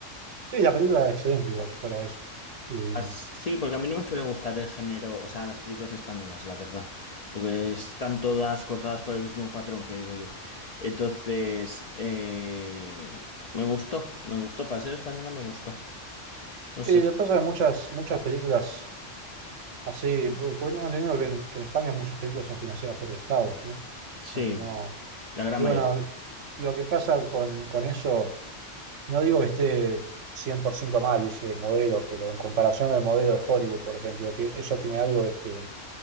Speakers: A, on the right; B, on the left.
A: Sí, la película era excelente igual, fuera de eso. Y,
B: As- Sí, porque a mí no me suele gustar el género, o sea, las películas españolas, la verdad, porque están todas cortadas por el mismo patrón que digo yo. Entonces, eh, me gustó, me gustó, para ser española me gustó. No sé,
A: y lo que pasa es que muchas, muchas películas Así, po- podríamos entendido que, en que en España muchas películas son financiadas por el Estado, ¿no? O
B: Sí,
A: sea que no.
B: la gran
A: Y
B: mayoría.
A: bueno, lo que pasa con, con eso, no digo que esté 100% mal ese modelo, pero en comparación al modelo de Hollywood, por ejemplo, ti- eso tiene algo es que